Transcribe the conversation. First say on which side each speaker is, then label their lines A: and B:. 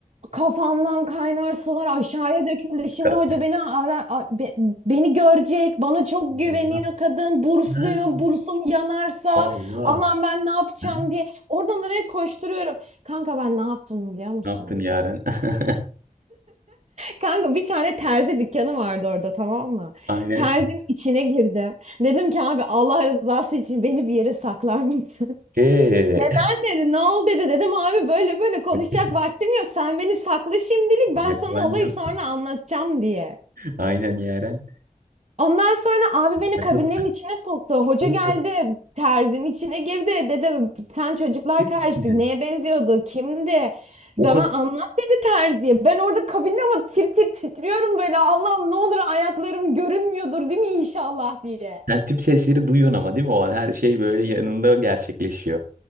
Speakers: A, on the right; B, on the right.
A: kafamdan kaynar sular aşağıya döküldü. Şimdi
B: Ka-
A: hoca beni ara, a- be- beni görecek. Bana çok güveniyor
B: Allah.
A: kadın. Bursluyum.
B: Ha,
A: Bursum yanarsa
B: Allah.
A: Allah'ım ben ne yapacağım
B: Ha.
A: diye. Oradan oraya koşturuyorum. Kanka ben ne yaptım biliyor musun?
B: Ne yaptın yaren? <laughs>
A: Kanka bir tane terzi dükkanı vardı orada tamam mı?
B: Aynen.
A: Terzin içine girdim. Dedim ki abi Allah rızası için beni bir yere saklar mısın?
B: Okey.
A: <laughs> Neden dedi? Ne oldu dedi. Dedim abi böyle böyle konuşacak
B: <laughs>
A: vaktim yok. Sen beni sakla şimdilik ben
B: Yakalanacağım.
A: sana olayı sonra anlatacağım diye.
B: Aynen yaren.
A: Ondan sonra abi beni
B: Yakal-
A: kabinlerin içine soktu. Hoca
B: Oo,
A: geldi, terzinin içine girdi. Dedi sen çocuklar
B: değil
A: kaçtı.
B: misin?
A: Neye benziyordu? Kimdi?
B: O
A: Bana
B: kadar.
A: anlat dedi terziye. Ben orada kabinde ama tir tir titriyorum böyle. Allah'ım ne olur ayaklarım görünmüyordur değil mi inşallah diye.
B: Sen tüm sesleri duyuyorsun ama değil mi? Olan her şey böyle yanında gerçekleşiyor.